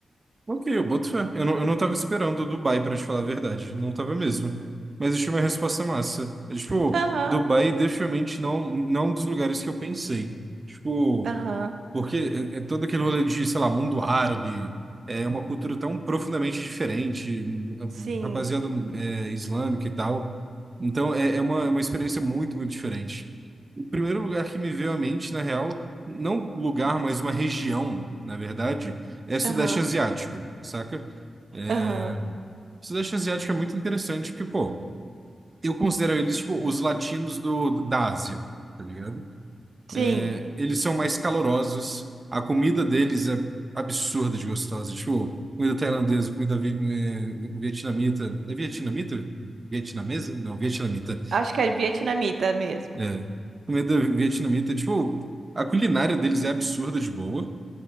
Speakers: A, on the right (about 35°); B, on the right (about 80°).
A: Ok, eu boto fé. Eu não, eu não tava esperando o Dubai, pra te falar a verdade. Não tava mesmo. Mas achei uma resposta massa. É, tipo,
B: Aham,
A: Dubai, definitivamente, não, não é um dos lugares que eu pensei. Tipo.
B: aham,
A: Porque é, é todo aquele rolê de, sei lá, mundo árabe, é uma cultura tão profundamente diferente,
B: sim.
A: rapaziada é, islâmica e tal. Então é, é uma, é uma experiência muito, muito diferente. O primeiro lugar que me veio à mente, na real, não lugar, mas uma região, na verdade, é Sudeste
B: Aham,
A: Asiático, saca? É...
B: aham,
A: Sudeste Asiático é muito interessante porque, pô, eu considero eles, tipo, os latinos do, da Ásia, tá ligado?
B: sim.
A: É, Eles são mais calorosos. A comida deles é absurda de gostosa. Tipo, comida tailandesa, comida vi- eh, vietnamita. É vietnamita? Vietnamesa? Não, vietnamita.
B: Acho que é vietnamita mesmo.
A: É. Comida vietnamita. Tipo, a culinária deles é absurda de boa.